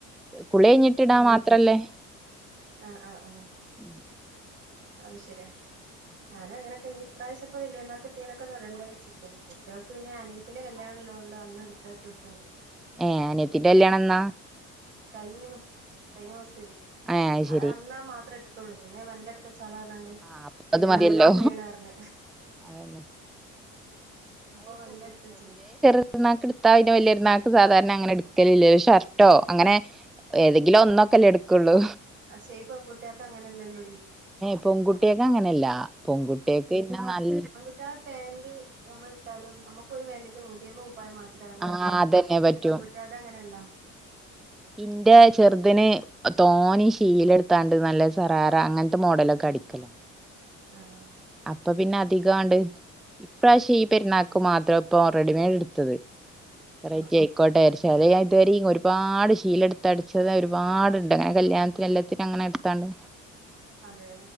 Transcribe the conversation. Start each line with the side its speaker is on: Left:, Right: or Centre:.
Centre: കുളി കഴിഞ്ഞിട്ടി ഇടാൻ
Right: ആഹ്
Centre: മാത്രല്ലേ.
Right: ആഹ് ആഹ് ആഹ്
Centre: ഉം.
Right: അത് ശരിയാ. ഞാനും അങ്ങനൊക്കെ ഇ പ്രാവശ്യം വല്യ എന്ന എത്തിനൊക്കെടണ്ടോ കുൾക്ക് പിന്നന. പത്തിന്റെ കല്യാണല്ലോണ്ട് അന്ന് എടുത്ത ഡ്രസ്സ് ഉണ്ട്.
Centre: ഏ അനെത്തിന്റെകല്യാണം എന്നാ.
Right: കഴിഞ്ഞു കഴിഞ്ഞ മാസം എരിന്നു
Centre: ഏ
Right: അത്
Centre: ശരി
Right: അന്നാ മാത്രമേ ഇട്ടിട്ടുള്ളൂ പിന്നെ നല്ലടത്ത. ഇ ചളണണ്ട്
Centre: ആ അപ്പ
Right: വല്ലന്നക്കന്നെയാണ്
Centre: അത് മതിയല്ലോ
Right: പറഞ്ഞ.
Centre: അതന്നെ
Right: അപ്പൊമെെല്ല എടുത് വച്ചിന്ന്
Centre: രുന്നക്ക് എടുത്താ പിനെ വലിയൊരുന്നാക്ക് സാധാരണ അങ്ങനെ എടുക്കലില ഷർട്ടോ അങ്ങനെ. ഏതെങ്കിലും ഒന്നൊക്കെല്ലേ എടുക്കുള്ളൂ.
Right: പക്ഷെ ഈ പെൺകുട്ടിയേൾക്ക് അങ്ങനെയാലല്ലോടി.
Centre: പൊൺകുട്ടീക്ക അങ്ങനല്ല പൊൺകുട്ടീക്ക് പിന്ന നല്ല
Right: ഇറ്റാള പാന്റ് ഞമ്മള് ഇട്ടാലും ഞമ്മക്കൊര് പാന്റ്ക് നൂറ്റയ്മ്പത് കു പായം മാറ്റിട്ടാലും കൊഴപ്പല്ല.
Centre: ആഹ് അതന്നെ പറ്റൂ
Right: ഷെ പെൺകുട്ടീൾത അങ്ങനല്ല
Centre: ഇന്റെ ചെറ്തിന് തോനീ ശീല ഇട്ത്താണ്ട് നല്ല സറാറ അങ്ങൻത്ത മോഡലൊക്ക അടിക്കലാ
Right: ആഹ്
Centre: അപ്പൊ പിന്നെ അധികാണ്ട് ഇപ്രാവശ്യ ഈ പെര്ന്നാ മാത്രൊ ഇപ്പൊ റെഡിമേഡ് ഇട്ത്തത് വെറൈറ്റി
Right: ആഹ്
Centre: അയ്ക്കോട്ടെ ചെലെ ഞാ ഇത് വരീം ഒര്പാട് ഇഷ് ശീല ഇട്ത്ത് അടിച്ചത് ഒരുപാട്ണ്ട് അങ്ങനെ കല്യാൺത്തിന് എല്ലത്തിനും അങ്ങനെ ഇട്ത്താണ്ട്
Right: അതേ.